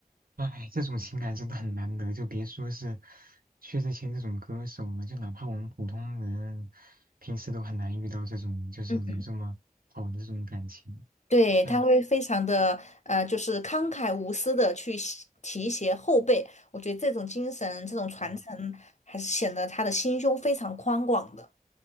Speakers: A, on the right; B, on the left.
A: 哇，哎，这种情感真的很难得，就别说是薛之谦这种歌手了，就哪怕我们普通人平时都很难遇到这种就是有这么好的这种感情。
B: 嗯。对，
A: 哎，
B: 他会非常的呃，就是慷慨无私的去洗提携后辈，我觉得这种精神、这种传承，
A: 对
B: 还是显得他的心胸非常宽广的。